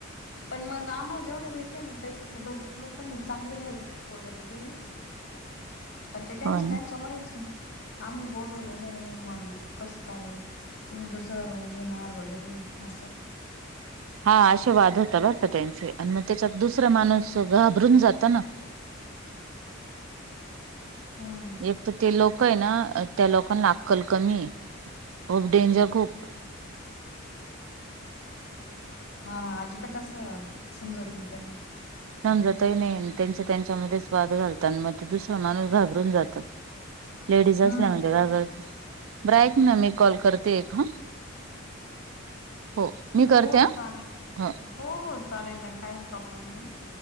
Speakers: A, on the left; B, on the right.
A: पण मग आम्हाला जेवढे भेटले ना त्याच्यातले भरपूर लोकांनी चांगले हेल्प वगैरे केले. <inaudible> पण ते त्यांच्या
B: हो ना
A: त्यांच्यामध्येच आम्ही बोलवलेलं मग कसं काय? तुम्ही दुसरा रुंम घेणार वगैरे असं.
B: हा असा वाद होता बर का त्यांचे आणि मग त्याच्यात दुसरा माणूस घाबरून जात ना.
A: <inaudible> हम्.
B: एक तर ते लोक आहे ना त्या लोकांना अकल कमी आहे. खूप डेंजर खूप
A: हा अजिबात असं समजत नाही त्यांना.
B: समजतही नाही त्यांच त्यांच्यामध्येच वाद घालत आणि मग ते दुसरा माणूस घाबरून जातं.
A: <inaudible>
B: लेडीज
A: हम्म
B: असल्या म्हणजे घर <unintelligible> ब्राईट ना मी कॉल करते एक हा. हो मी करते
A: हो
B: हा
A: चाल
B: हो.
A: हो हो चालेल ना काही प्रॉब्लेम नाही.